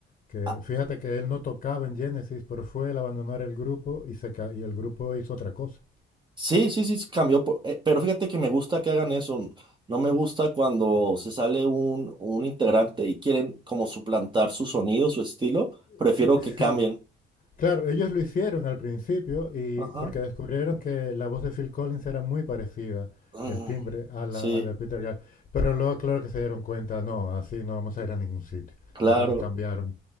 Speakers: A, on the left (about 40°); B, on the right (about 25°).
A: que,
B: Ah,
A: fíjate que él no tocaba en Genesis, pero fue el abandonar el grupo y, se, ca- y el grupo hizo otra cosa.
B: sí, sí, sí, sí, cambió. por- eh, pero fíjate que me gusta que hagan eso. No me gusta cuando se sale un, un integrante y quieren como suplantar su sonido, su estilo. Prefiero
A: Sí, sí.
B: que cambien.
A: Claro, ellos lo hicieron al principio y
B: Ajá.
A: porque descubrieron que la voz de Phil Collins era muy parecida,
B: Mm,
A: el timbre, a la,
B: sí,
A: a la de Peter Gabriel. Pero luego, claro que se dieron cuenta, no, así no vamos a ir a ningún sitio.
B: claro.
A: Y entonces cambiaron.